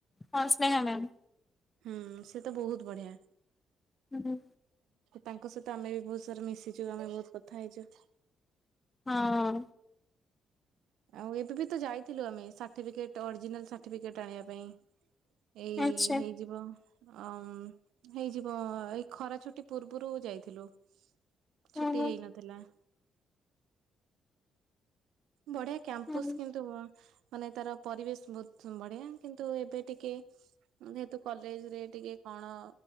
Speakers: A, on the left; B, on the right.
A: ହଁ ସ୍ନେହା ମ୍ୟାମ୍
B: ହୁଁ ସେ ତ ବହୁତ ବଢିଆ।
A: ହୁଁ।
B: ତାଙ୍କ ସହିତ ଆମେ ବି ବହୁତ ସାରା ମିଶିଛୁ, ଆମେ ବହୁତ କଥା ହେଇଛୁ।
A: ହଁ।
B: ଆଉ ଏବେ ବି ତ ଯାଇଥିଲୁ ଆମେ ସାଟିଫିକେଟ ଅରିଜିନାଲ ସାର୍ଟିଫେଟ ଆଣିବା ପାଇଁ। ଏଇ
A: ଆଚ୍ଛା
B: ହେଇଯିବ ଅ ହେଇଯିବ ଏଇ ଖରା ଛୁଟି ପୂର୍ବରୁ ଯାଇଥିଲୁ। ଛୁଟି
A: ଓହୋ।
B: ହେଇନଥିଲା। ବଢିଆ କ୍ୟାମ୍ପସ
A: ହୁଁ
B: କିନ୍ତୁ ମାନେ ତାର ପରିବେଶ ବହୁତ ବଢିଆ କିନ୍ତୁ ଏବେ ଟିକେ ଯେହେତୁ କଲେଜ ରେ ଟିକେ କଣ